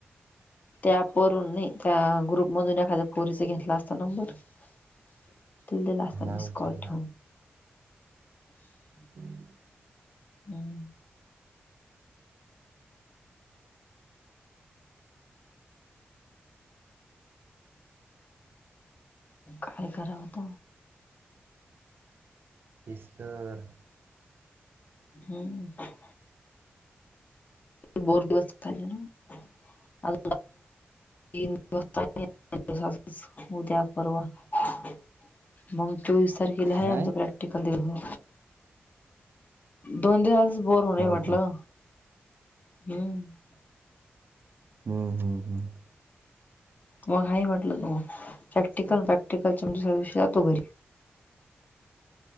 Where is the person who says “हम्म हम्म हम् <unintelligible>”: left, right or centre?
Right